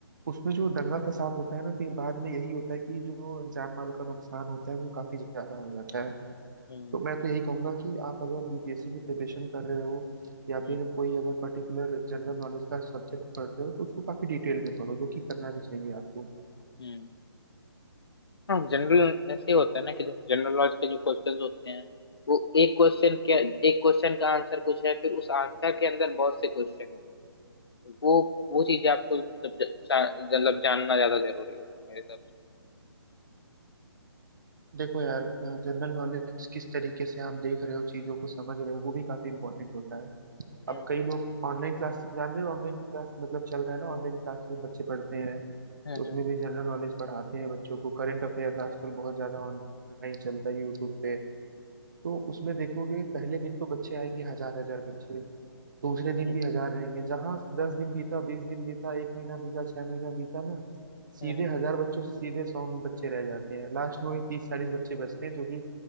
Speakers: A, on the right; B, on the left.
A: उसमें जो दंगा फसाद होता है ना फिर बाद में यही होता है कि जो जान माल का नुकसान होता है वो काफी ज्यादा हो जाता है
B: हम्म
A: तो मैं तो यही कहूंगा कि आप अगर यूपीएससी की प्रिपरेशन कर रहे हो या
B: हम्म
A: फिर कोई अगर पर्टिकुलर जनरल नॉलेज का सब्जेक्ट पढ़ रहे हो तो उसको काफी डिटेल में पढ़ो जो कि करना भी चाहिए आपको
B: हम्म हाँ जनरल ऐसे होता है ना कि जैसे जनरल नॉलेज के जो क्वेश्चंस होते हैं वो एक क्वेश्चन के एक क्वेश्चन का आंसर कुछ है फिर उस आंसर के अंदर बहुत से क्वेश्चन होते हैं वो वो चीजें आपको मतलब ज- जा- मतलब जानना ज्यादा जरूरी होता है मेरे हिसाब
A: देखो यार जनरल नॉलेज किस तरीके से आप देख रहे हो चीजों को समझ रहे हो वो भी काफी इंपॉर्टेंट होता है
B: से
A: अब
B: हम्म
A: कई लोग ऑनलाइन क्लास जान रहे हो ऑनलाइन क्लास मतलब चल रहा है ना ऑनलाइन क्लास में बच्चे पढ़ते हैं
B: हम्म
A: तो उसमें भी जनरल नॉलेज पढ़ाते हैं बच्चों को करंट अफेयर्स आजकल बहुत ज्यादा ऑनलाइन चलता है यूट्यूब पे तो उसमें देखोगे पहले दिन तो बच्चे आएंगे हजार हजार बच्चे दूसरे दिन
B: हम्म
A: भी हजार रहेंगे जहां दस दिन बीता बीस दिन बीता एक महीना बीता छह महीना बीता ना सीधे
B: हम्म, हम्म,
A: हजार बच्चों से सीधे सौ में बच्चे रह जाते हैं लास्ट में वही तीस चालीस बच्चे बचते हैं जो कि